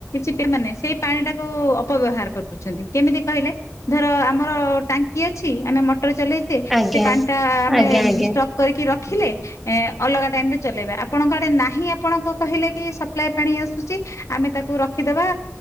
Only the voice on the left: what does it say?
ଚିଟିଆ ମାନେ ସେଇ ପାଣି ଟାକୁ ଅପବ୍ୟବହାର କରିଦଉଛନ୍ତି କେମିତି କହିଲେ ଧର ଆମର ଟାଙ୍କି ଅଛି ଆମେ ମ ଟର ଚଲେଇଦିଏ
ସେ ପାଣିଟା ଆମେ
ଉମ୍
ଷ୍ଟକ୍ କରିକି ର ଖିଲେ ଏ ଅଲଗା ଟାଇମରେ ଚଲେଇବା ଆପଣଙ୍କ ଆଡେ ନାହିଁ ଆପଣ କ କହିଲେକି ସପ୍ଲାଏ ପାଣି ଆସୁଚି ଆମେ ତାକୁ ହଉ ରଖିଦବା